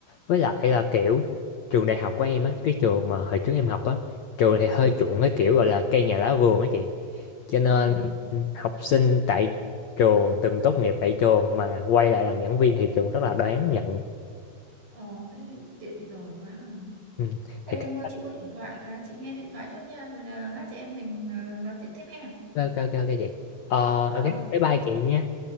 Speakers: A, on the left (about 85°); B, on the right (about 50°).
A: với lại là kiểu trường đại học của em á cái trường mà hồi trước em học á trường thì hơi chuộng cái kiểu gọi là cây nhà lá vườn á chị cho nên
B: Ừ.
A: học sinh tại trường từng tốt nghiệp tại trường mà quay lại làm giảng viên thì trường rất là đáng nhận
B: Ồ, thế thì tiện rồi quá. à.
A: ừ.
B: Ê,
A: thì
B: em
A: cái
B: ơi, chị có điện thoại cái, chị nghe điện thoại chút nha, rồi là lát chị em mình ờ, nói chuyện tiếp ha.
A: ok ok ok ok chị ờ
B: Ờ,
A: ok bye bye chị nha